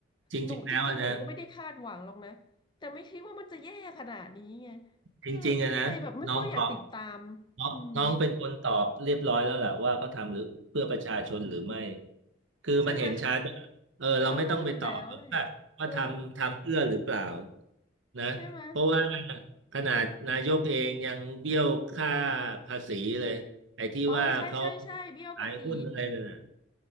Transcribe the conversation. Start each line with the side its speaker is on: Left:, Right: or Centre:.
Right: จริงๆแล้วอะนะ
Left: หนูจริงๆหนูก็ไม่ได้คาดหวังหรอกนะแต่ไม่คิดว่ามันจะแย่ขนาดนี้ไงก็ก็เลยแบบไม่ค่อยอยากติดตาม
Right: จริงๆอะนะน้องตอง น้องน้องเป็นคนตอบเรียบร้อยแล้วแหละว่าเขาทำหรือเพื่อประชาชนหรือไม่
Left: อืม
Right: คือมันเห็นชัดอะเออเราไม่ต้องไปตอบหรอกว่าว่าทำทำเพื่อหรือเปล่า
Left: ใช่ไหม เรารู้อยู่แล้วแหละเออ
Right: นะเพราะว่า
Left: ใช่ไหม
Right: ขนาดนายกเองยังเบี้ยวค่าภาษีเลยไอ้ที่ว่าเขา
Left: อ๋อใช่ใช่ใช่เบี้ยวภาษี
Right: ขายหุ้นอะไรนั่นน่ะ